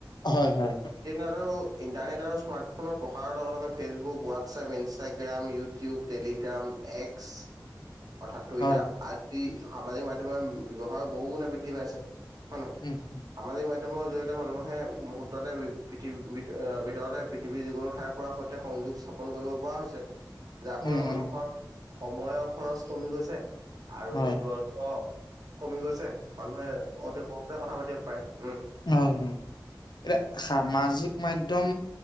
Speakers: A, on the left; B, on the right.
A: হয়, হয়।
B: আৰু ইণ্টাৰনেট আৰু স্মাৰ্টফোনৰ প্ৰসাৰৰ লগে-লগে Facebook, what WhatsApp, Instagram, YouTube, Telegram, X, অৰ্থাৎ টুইটা
A: হয়
B: সামাজিক মাধ্যমে ব্যৱহাৰো বহু গুণে বৃদ্ধি পাইছে হয়নে নহয়।
A: উম', হম'।
B: সামাজিক মাধ্যমৰ জৰিয়তে মানুহে মুহূৰ্ততে পৃথিৱী ভিতৰতে পৃথিৱীৰ যিকোনো ঠাইৰ পৰা সংযোগ চা স্থাপন কৰিব পৰা হৈছে যাৰ
A: উম
B: ফলত মানুহৰ
A: উম
B: সময়ৰ খৰচ কমি গৈছে। আৰু
A: হয়
B: দূৰত্ব কমি গৈছে, মানুহে অতি সহজে কথা পাতিব পাৰে উম।
A: অ, এতিয়া সামাজিক মাধ্যম